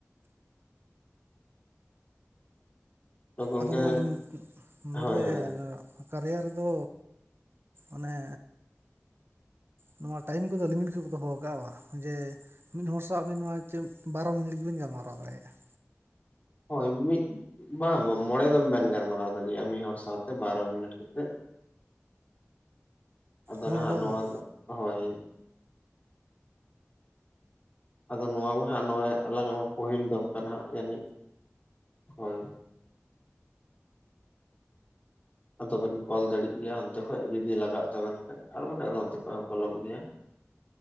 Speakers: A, on the left; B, on the right.
A: ᱛᱚ ᱜᱚᱝᱠᱮ
B: ᱟᱫᱚ ᱱᱚᱣᱟ ᱞᱤᱢᱤᱴ ᱩᱸᱜ, ᱢᱤᱨᱫᱟᱹᱭᱟᱹ
A: ᱦᱳᱭ ᱦᱳᱭ
B: ᱟᱸᱡᱚᱢᱚᱜ᱾ ᱚᱦᱚ ᱠᱟᱨᱭᱟ ᱨᱮᱫᱚ ᱚᱱᱮ ᱱᱚᱣᱟ ᱴᱟᱭᱤᱢ ᱠᱚᱫᱚ ᱞᱤᱢᱤᱴ ᱜᱮᱠᱚ ᱫᱚᱦᱚ ᱠᱟᱫᱟ ᱵᱟᱝ ᱡᱮ ᱢᱤᱫ ᱦᱚᱲ ᱥᱟᱶ ᱟᱹᱵᱤᱱ ᱱᱚᱣᱟ ᱵᱟᱨᱚ ᱢᱤᱱᱤᱴ ᱜᱮᱵᱤᱱ ᱜᱟᱞᱢᱟᱨᱟᱣ ᱫᱟᱲᱮᱭᱟᱜᱼᱟ ᱾
A: ᱦᱳᱭ ᱢᱤᱫ ᱵᱟᱝ ᱵᱟᱝ ᱢᱚᱬᱮ ᱫᱚᱢ ᱵᱮᱱ ᱜᱟᱞᱢᱟᱨᱟᱣ ᱫᱟᱲᱮᱭᱟᱜᱼᱟ ᱢᱤᱫ ᱦᱚᱲ ᱥᱟᱶᱛᱮ ᱾ ᱵᱟᱨᱚ ᱢᱤᱱᱤᱴ ᱠᱟᱛᱮ ᱟᱫᱚ
B: ᱢᱚᱬᱮ
A: ᱱᱟᱦᱟᱸᱜ
B: ᱫᱚᱢ
A: ᱱᱚᱣᱟ
B: ᱵᱟᱝ
A: ᱫᱚ ᱦᱳᱭ ᱾ ᱟᱫᱚ ᱱᱚᱣᱟ ᱢᱟ ᱦᱟᱸᱜ ᱱᱚᱜᱼᱚᱭ ᱟᱞᱟᱝᱼᱟᱜ ᱢᱟ ᱯᱟᱹᱦᱤᱞ ᱫᱚ ᱠᱟᱱᱟ ᱦᱟᱸᱜ ᱡᱟᱹᱱᱤᱡ ᱦᱳᱭ᱾ ᱟᱫᱚᱵᱮᱱ ᱠᱚᱞ ᱫᱟᱲᱮᱜ ᱜᱮᱭᱟ ᱚᱱᱛᱮ ᱠᱷᱚᱡ ᱡᱩᱫᱤ ᱞᱟᱜᱟᱜ ᱛᱟᱵᱮᱱ ᱠᱷᱟᱡ ᱟᱨ ᱵᱟᱠᱷᱟᱱ ᱱᱚᱛᱮ ᱠᱷᱚᱡ ᱦᱚᱸ ᱠᱚᱞᱚᱜ ᱜᱮᱭᱟ ᱾